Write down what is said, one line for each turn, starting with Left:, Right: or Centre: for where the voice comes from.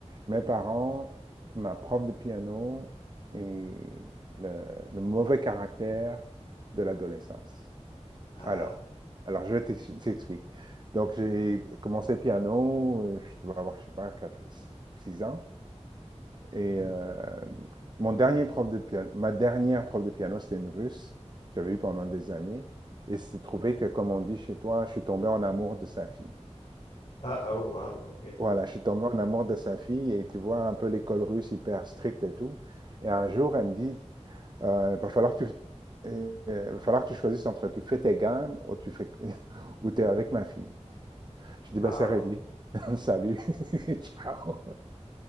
Right: Mes parents, ma prof de piano et le le mauvais caractère de l'adolescence.
Left: ah.
Right: Alors, alors je vais t'ex- t'explique. Donc, j'ai commencé piano, euh, je dois avoir, je sais pas, 4, 6 ans. Et
Left: mhm.
Right: euh, mon dernier prof de piano, ma dernière prof de piano, c'était une russe. J'avais eu pendant des années. Et c'est trouvé que, comme on dit chez toi, je suis tombé en amour de sa fille.
Left: Ah, oh, wow, ok.
Right: Voilà, je suis tombé en amour de sa fille et tu vois un peu l'école russe hyper stricte et tout. Et un jour, elle me dit, euh, va falloir que tu, euh, va falloir que tu choisisses entre tu fais tes gammes ou tu fais, <laughs> ou t'es avec ma fille. Je
Left: Wow,
Right: dis, bah, c'est réglé. <laughs> Salut. <laughs> Ciao.